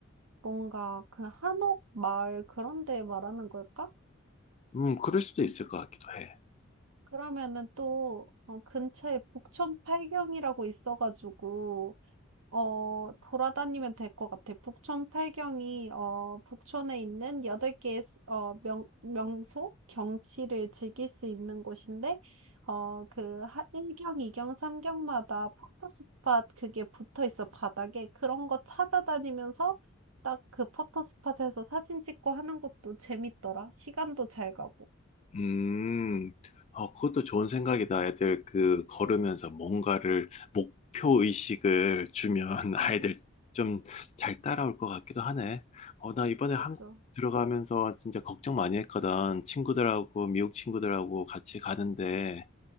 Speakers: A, on the right; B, on the left.
A: 뭔가 그 한옥 마을 그런 데 말하는 걸까?
B: 음, 그럴 수도
A: 음,
B: 있을 것 같기도 해.
A: 그러면은 또, 어, 근처에 북촌 팔경이라고 있어가지고, 어 돌아다니면 될 것 같아. 북촌 팔경이 어 북촌에 있는 8개의 어 명, 명소, 경치를 즐길 수 있는 곳인데 어 그 1경, 2경, 3경마다 포토스팟 그게 붙어 있어 바닥에. 그런 거 찾아다니면서 딱 그 포토스팟에서 사진 찍고 하는 것도 재밌더라. 시간도 잘 가고.
B: 음, 어, 그것도 좋은 생각이다. 애들 그 걸으면서 뭔가를 목표 의식을 주면 <laughs> 아이들 좀 잘 따라올 것 같기도 하네. 어, 나 이번에
A: 맞아.
B: 한국 들어가면서 진짜 걱정 많이 했거든. 친구들하고 미국 친구들하고 같이 가는데